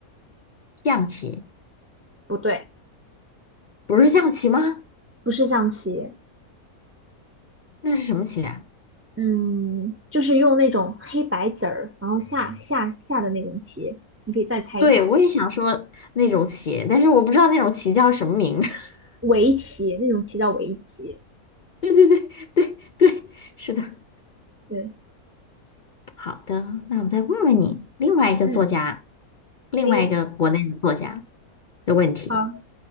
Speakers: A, on the left (about 55°); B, on the right (about 20°).
A: 象棋
B: 不对，
A: 不是象棋吗？
B: 不是象棋，
A: 那是什么棋啊？
B: 嗯，就是用那种黑白子儿，然后下下下的那种棋，你可以再猜一下，
A: 对，我也想说那种棋，但是我不知道那种棋叫什么名。<laughs>
B: 围棋那种棋叫围棋。
A: 对对对对对，是的。
B: 对，
A: 好的，那我再问问你，另外一个作家，
B: 嗯，
A: 另外一个国内的作家
B: 可以。
A: 的问题。
B: 好，